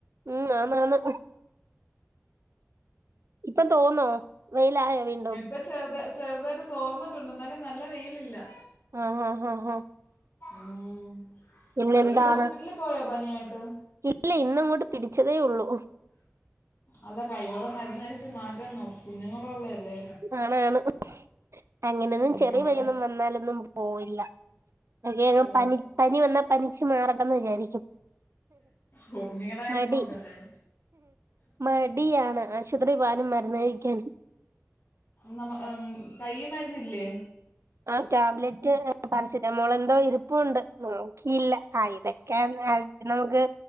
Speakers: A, on the right; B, on the left.
A: ഉം ആന്നാന്ന് ഇപ്പം തോന്നോ വെയ്ലായോ വീണ്ടും
B: ഇപ്പ ചെർത ചെർതായ്ട്ട് തോർന്ന്ട്ടുണ്ട് ന്നാലും നല്ല വെയ്ലില്ലാ
A: ആഹ് ആഹ് ഹാ ഹാ
B: ഊം
A: പിന്നെന്താണ്
B: അയ്യോ ഹോസ്പിറ്റ്ല്ൽ പോയാേ പനിയായിട്ട്
A: ഇല്ല ഇന്ന അങ്ങോട്ട് പിടിച്ചെതേ ഒള്ളു
B: അല്ല കൈയ്യോടെ മര്ന്നഴ്ച്ച് മാറ്റാൻ നോ കുഞ്ഞുങ്ങളുള്ളെയെല്ലേ
A: ആണാണ് അങ്ങനെന്നും
B: ഉം,
A: ചെറിയ
B: അവരുടെ
A: പനിയൊന്നും വന്നാലൊന്നും പോവില്ലാ <unintelligible>
B: ഓ
A: പനി പനി വന്നാ പനിച്ച് മാറട്ടെന്ന് വിചാരിയ്ക്കും
B: കുഞ്ഞുങ്ങളുടെ കാര്യം
A: മടി
B: നോക്കണ്ടേ
A: മടിയാണ് ആശ് പത്രീ പോവാനും മര്ന്ന് കഴിയ്ക്കാനും
B: നമ്മ അം കയ്യി മര്ന്നില്ലേ
A: ആഹ് ടാബ്ലെറ്റ് പാരസിറ്റാമോളെന്തോ ഇരിപ്പുണ്ട് നോക്കിയില്ലാ ആഹ് ഇതൊക്കെയാ <unintelligible> പിന്നെ നമുക്ക്